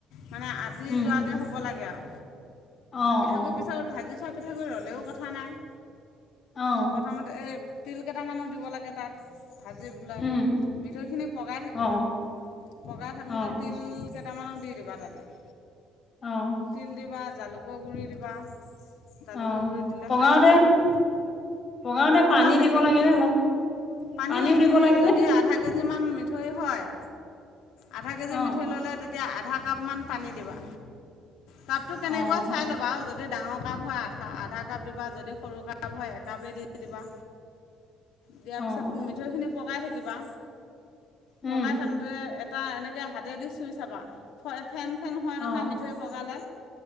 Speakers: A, on the left; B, on the left.
A: মানে <unintelligible>
B: উম,
A: যোৱাকে হ'ব লাগে আৰু।
B: অ',
A: পিঠাগুৰি
B: অ',
A: পিছত ভাজি <unintelligible> পিঠাগুৰি ৰ'লেও কথা নাই।
B: অ',
A: প্ৰথমতে এই তিল কেইটামানো দিব লাগে তাত। ভাজি পেলাই,
B: উম,
A: মিঠৈখিনি পগাই থাকিবা,
B: অ',
A: পগাই থাকোঁতে
B: অ',
A: তিল কেইটামানো দি কিবা তাতেই
B: অ',
A: তিল দিৱাত জালুকৰ গুৰি দিবা জালুকৰ
B: অ',
A: গুৰি দিলে
B: পগাওতে
A: খাই ভাল লাগে।
B: পগাওতে
A: পগাওঁতে
B: পানী দিব
A: দি
B: লাগেনে
A: দিবা,
B: অলপ
A: পানী
B: পানীও দিব
A: এই
B: লাগেনে?
A: যদি আধা কেজিমান মিঠৈ হয়। আধা কেজি
B: অ',
A: মিঠৈ ল'লে তেত তিয়া আধা কাপমান পানী দিবা। কাপটো কেনেকুৱা
B: অ',
A: চাই ল'বা আও যদি ডাঙৰ কাপ হয় আধা আধা কাপ দিবা, যদি সৰু কাপ হয় একাপেই দি দিবা। দিয়াৰ
B: অ',
A: পিছত মিঠৈখিনি পগাই থাকিবা।
B: উম।
A: পগাই থাকোঁতে এ টা এনেকে হাতে দি চুই চাবা ফ ফেন ফেন হয়
B: অ',
A: নহয় মিঠৈ পগালে